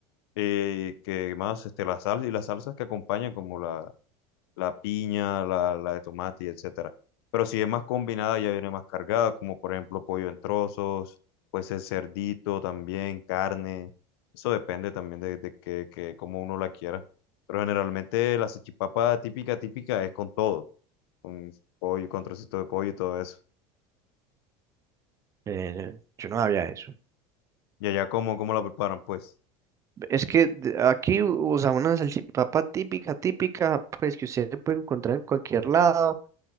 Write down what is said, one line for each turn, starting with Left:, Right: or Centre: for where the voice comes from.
Left: eh, que más este, la sal y las salsas que acompañan como la, la piña, la, la de tomate y etcétera. Pero si es más combinada, ya viene más cargada, como por ejemplo pollo en trozos, pues el cerdito también, carne. Eso depende también de, de que, que cómo uno la quiera. Pero generalmente la salchipapa típica, típica es con todo, con pollo, con trocito de pollo y todo eso.
Right: eh, yo no había eso.
Left: Y allá cómo, cómo la preparan, pues,
Right: Es que de- aquí, o sea, una salchipapa típica, típica, pues que usted puede encontrar en cualquier lado,